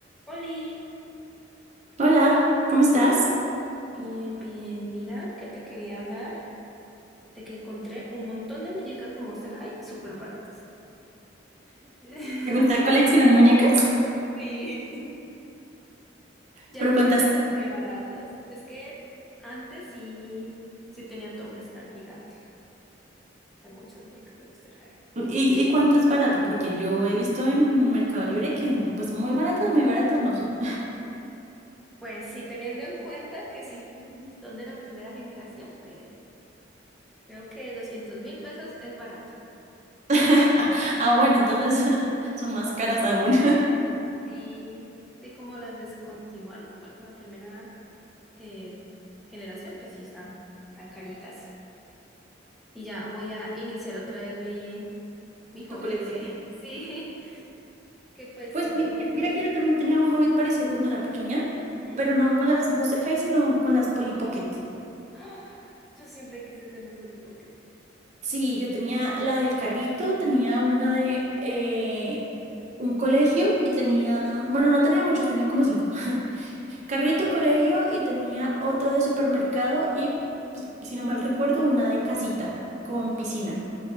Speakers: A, in the centre; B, on the right.
A: Oli,
B: Hola, ¿cómo estás?
A: bien, bien. Mira que te quería hablar de que encontré un montón de muñecas de Monster High súper baratas. <laughs>
B: ¿Te gusta coleccionar muñecas?
A: Sí, ya
B: ¿Pero
A: que
B: cuántas
A: las encontré baratas. Es que antes sí, sí tenía todo un stand gigante de muchas muñecas de Monster High.
B: y, y cuánto es barato? Porque yo he visto en Mercado Libre que en- pues muy baratas, muy baratas no son.
A: Pues sí, teniendo en cuenta que sí <laughs> son de la primera generación, pues creo que doscientos mil pesos es barato.
B: <laughs> Ah, bueno, entonces <laughs> son más caras aún. <laughs>
A: Sí, que como las descontinuaron, bueno, la primera eh, generación, pues sí están tan caritas. Y ya voy a iniciar otra vez mi, mi hobby
B: Tu colección.
A: de, <laughs> sí, que pues
B: Pues
A: tuve
B: mi- mi- mira
A: un...
B: que yo también tenía un hobby parecido cuando era pequeña,
A: ujú.
B: pero no con las Monster High, sino con las Polly Pocket.
A: ¡Ah! Yo siempre quise tener Polly Pocket.
B: Sí, yo tenía la del carrito, tenía una de eh, un colegio y tenía, bueno, no tenía muchos, tenía como cinco. <laughs> carrito colegio y tenía otro de supermercado y, pues, si no mal recuerdo, una de casita con piscina.